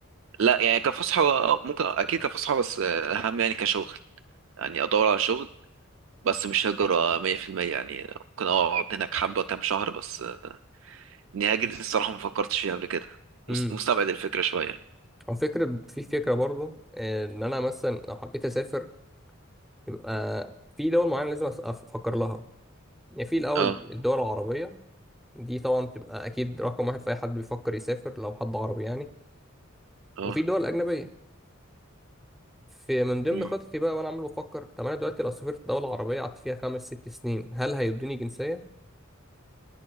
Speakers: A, on the right; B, in the centre.
A: لا يعني كفسحة آه، ممكن اكيد كفسحة بس آه، اهم يعني كشغل يعني ادور على شغل بس مش هجرة 100% يعني ممكن اقعد هناك حبة كام شهر بس آه، اني هاجر دي الصراحة ما فكرتش فيها قبل كده
B: امم
A: مس- مستبعد الفكرة شوية
B: هو فكره في فكره برضو آه، ان انا مثلا لو حبيت اسافر يبقى في دول معينه لازم أس- افكر لها يعني في الاول
A: اه
B: الدول العربيه دي طبعا بتبقى اكيد رقم واحد في اي حد بيفكر يسافر لو حد عربي يعني
A: اه
B: وفي دول اجنبيه في من ضمن
A: مم.
B: خططي بقى وانا عمال بفكر طب انا دلوقتي لو سافرت دوله عربيه قعدت فيها خمس ست سنين هل هيدوني جنسيه؟